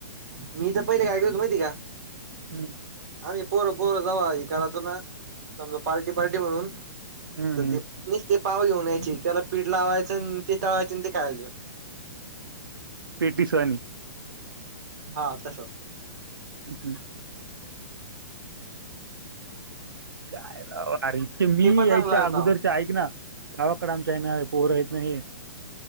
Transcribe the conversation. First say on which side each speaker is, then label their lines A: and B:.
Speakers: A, on the right; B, on the right.
A: मी तर पहिले काय केल होतो माहिती का
B: हम्म
A: आम्ही पोरं पोरं जाव को ना पार्टी पार्टी म्हणून
B: हम्म
A: तर ते पाव येऊनयची त्याला पीठ लावायचं आणि ते तळवायचं ते कळायचं
B: पेटी स्वानी
A: हा तस
B: हम् हम् काय इतक मी
A: ते पण
B: यायच्या
A: चांगलं लागत
B: अगोदरच्या
A: तवा
B: ऐक ना गावाकडे आमच्या आहे
A: हम्म
B: ना पोहर यत नाही